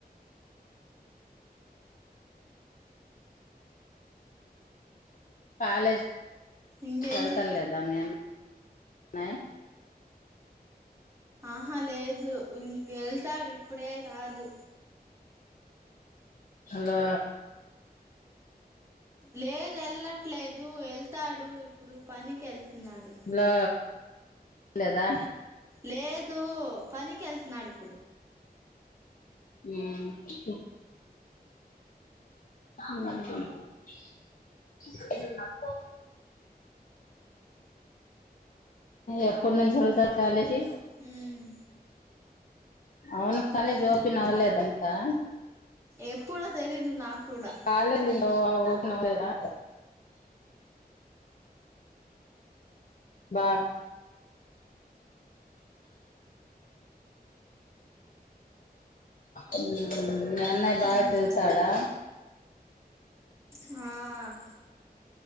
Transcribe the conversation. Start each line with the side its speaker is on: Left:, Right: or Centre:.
Left: కాలేజీ
Right: ఇంకేం
Left: కేళ్తా
Right: చే
Left: లేదా మీ అన్నా యీ
Right: ఆహా లేదు ఇంకేళ్తాడు ఇప్పుడే కాదు
Left: హలో
Right: లేదు ఏళ్లట్లేదు ఏళ్తాడు ఇప్పుడు పనికేళ్తున్నాడు
Left: హలో లేదా
Right: లేదూ పనికెళ్తున్నాడిప్
Left: ఉమ్ ఉమ్ ఎప్పునుంచి ఎల్తారు కాలేజ్కి
Right: ఉమ్
Left: అవును కాలేజ్
Right: ఇంకా
Left: ఓపినవలేద ఇంకా
Right: ఎప్పుడో తెలీదు నాక్కుడా
Left: కాలేజిలు ఇంకా ఒ ఓ ఓపినవలేదా బా ఉమ్ మ్మ్ మీ అన్నయ్య బాగా
Right: ఉమ్
Left: చదువుతాడా
Right: ఆ